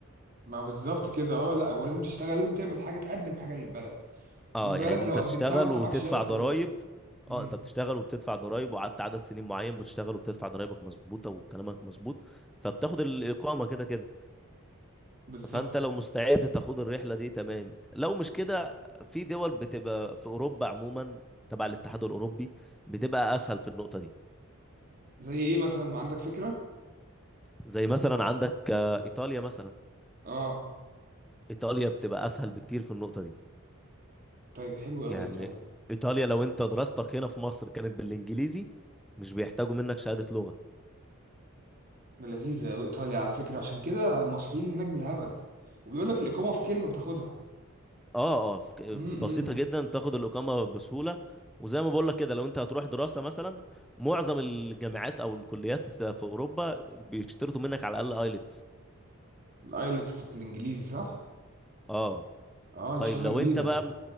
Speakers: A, on the right; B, in the centre.
A: ما بالظبط كده اه لا هو لازم تشتغل لازم تعمل حاجه تقدم حاجه للبلد
B: اه
A: ما بالك
B: يعني انت
A: لو قدمتها
B: تشتغل
A: وانت
B: وتدفع
A: معاك شهاده كويس
B: ضرائب
A: امم
B: اه انت بتشتغل وبتدفع ضرائب وقعدت عدد سنين معين بتشتغل وبتدفع ضرائبك مظبوطه وكلامك مظبوط فبتاخد الاقامه كده كده
A: بالظبط
B: فانت لو مستعد تاخد الرحله دي تمام لو مش كده في دول بتبقى في اوروبا عموما تبع الاتحاد الاوروبي بتبقى اسهل في النقطه دي
A: زي ايه مثلا عندك فكره
B: زي مثلا عندك آه، ايطاليا مثلا
A: اه
B: ايطاليا بتبقى اسهل بكتير في النقطه دي
A: طيب حلو قوي
B: يعني
A: ايطاليا
B: ايطاليا لو انت دراستك هنا في مصر كانت بالانجليزي مش بيحتاجوا منك شهاده لغه
A: ده لذيذة أوي إيطاليا على فكرة عشان كده المصريين هناك بالهبل وبيقول لك الإقامة في كلمة بتاخدها
B: اه اه ف-
A: امم
B: بسيطة جدا تاخد الإقامة بسهولة وزي ما بقول لك كده لو انت هتروح دراسة مثلا معظم الجامعات او الكليات في اوروبا بيشترطوا منك على الاقل ايلتس
A: الآيلتس بتاعت الإنجليزي صح؟
B: اه
A: أه دي
B: طيب
A: شهادة
B: لو
A: كبيرة
B: انت بقى